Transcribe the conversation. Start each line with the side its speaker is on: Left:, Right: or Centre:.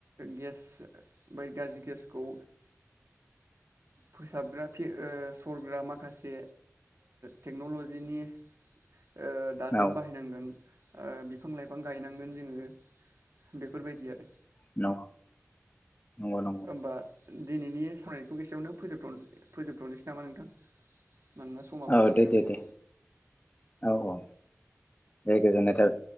Right: गेस बै गाज्रि गेसखौ फोसाबग्रा सरग्रा माखासे टेक्न'लजिनि ओ दाजेम
Left: नंगौ
Right: बाहायनांगोन। ओ बिफां -लाइफां गायनांगोन जोङो बेफोरबायदि आरो
Left: <unintelligible> नंगौ
Right: ओमबा दिनैनि सारायनाय <unintelligible> एसेयावनो फोजोब- फोजोबथ'नोसै नामा? नोंथां। मानोना समाबो
Left: औ
Right: जाबाय
Left: दे
Right: नालाय
Left: दे दे औ- औ। दे गोजोन्नाय थाबाय।